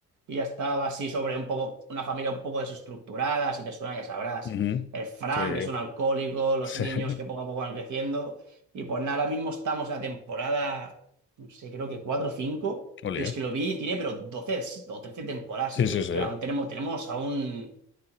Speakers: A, on the right; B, on the left.
A: y ya estaba así sobre un poco, una familia un poco desestructurada, si te suena ya sabrás.
B: Ujú,
A: El Frank,
B: Sí,
A: que es un alcohólico, los
B: sí.
A: niños
B: <laughs>
A: que poco a poco van creciendo, y pues nada, ahora mismo estamos en la temporada, no sé, creo que 4 o 5,
B: Ole.
A: pero es que lo vi y tiene pero doce o trece temporadas,
B: Sí,
A: y dije, hostia,
B: sí, sí.
A: aún tenemos, tenemos aún